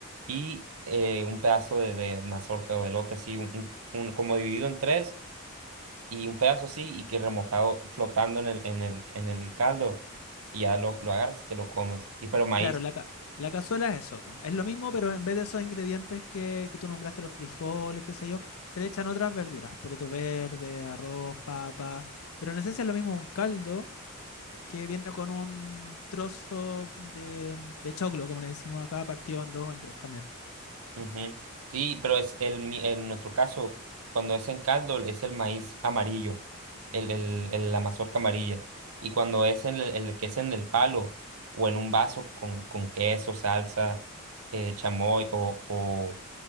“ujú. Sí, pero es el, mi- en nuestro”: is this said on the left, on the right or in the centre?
Right